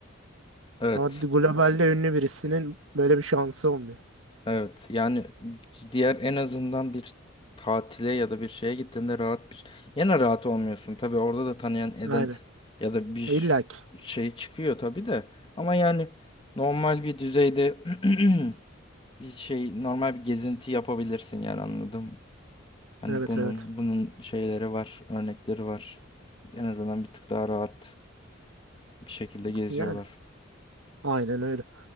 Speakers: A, on the left; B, on the right.
A: Evet.
B: Ama globalde ünlü birisinin böyle bir şansı olmuyor.
A: Evet yani diğer en azından bir tatile ya da bir şeye gittiğinde rahat bir yine rahat olmuyorsun tabii orada da tanıyan eden
B: Aynen.
A: ya da bir
B: E, İlla ki.
A: şey çıkıyor tabii de ama yani normal bir düzeyde <clears throat> bir şey normal bir gezinti yapabilirsin yani anladım. Hani
B: Evet
A: bunun
B: evet.
A: bunun şeyleri var, örnekleri var. En azından bir tık daha rahat bir şekilde geziyorlar.
B: Yani aynen öyle.